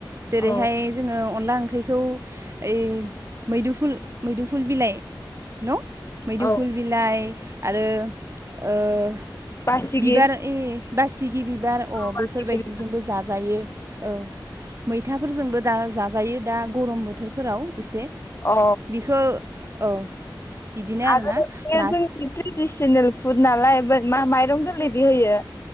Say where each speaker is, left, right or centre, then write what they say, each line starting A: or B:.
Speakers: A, on the right; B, on the left.
A: जेरैहाय
B: औ
A: जों अनला ओं ओंख्रिखौ ओइ मैदुफुल मैदुफुल बिलाइ न' मैदुफुल
B: औ
A: बिलाइ आरो ओ
B: बासिगिर
A: बिबार ए बासिगि बिबार अ
B: बासिगिर
A: बेफोरबायदिजोंबो जाजायो औ। मैथाफोरजोंबो दा जाजायो दा गरम बोथोरफोराव इसे
B: औ
A: बिखौ औ बिदिनो आरोना
B: आरो जोंनि
A: ना
B: ट्रेडिसनेल फुड नालाय बो मा माइरं गोरलै दि होयो